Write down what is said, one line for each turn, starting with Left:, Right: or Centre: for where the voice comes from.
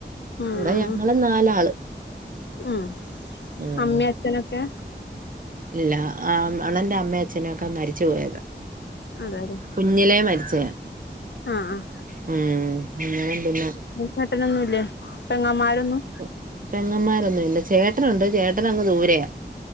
Left: ഉം
Right: ഇവിടെ
Left: ഉം
Right: ഞങ്ങള് നാലാള്
Left: ഉം
Right: ഉം.
Left: അമ്മയും അച്ചനൊക്കെ
Right: ഇല്ല അണ്ണൻ്റെ അമ്മേ അച്ഛനൊക്കെ മരിച്ചു പോയതാ
Left: അതെല്ലേ
Right: കുഞ്ഞിലേ മരിച്ചയ
Left: ആ ആ
Right: ഉം അങ്ങനെം പിന്നെ
Left: ചേട്ടനൊന്നുമില്ലേ പെങ്ങന്മാരൊന്നും
Right: ഉം പെങ്ങന്മാരോന്നു ഇല്ല ചേട്ടനുണ്ട് ചേട്ടൻ അങ്ങ് ദൂരെയ